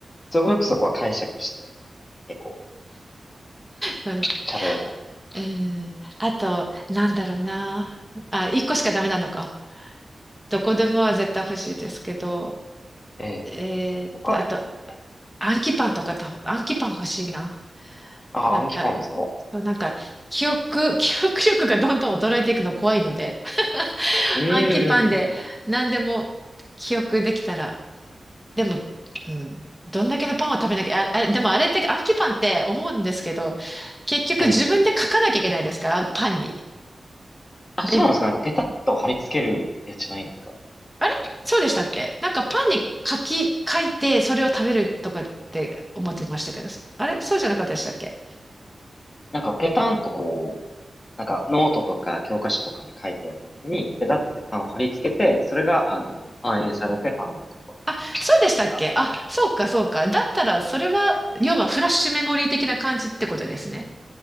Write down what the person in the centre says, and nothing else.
そうです
うん。あと、なんだろうな。あ、一個しかダメなのか。どこでもは絶対欲しいですけど、
えー、
あと、
あんきパンとかと、あんきパン欲しいな。
なんか
そう、なんか、記憶、<laughs> 記憶力がどんどん衰えていくの怖いので、<laughs>
暗記パンで何でも記憶できたら、
でも、うん、どんだけのパンを食べなきゃ、あ、あれ、でもあれって暗記パンって思うんですけど、結局自分で書かなきゃいけないですから、
パンに。
で、
あれそうでしたっけなんかパンに書き、書いてそれを食べるとかって思ってましたけど、あれそうじゃなかったでしたっけ
あ、そうでしたっけあ、そうか、そうか。だったら、それは、要はフラッシュメモリー的な感じってことですね。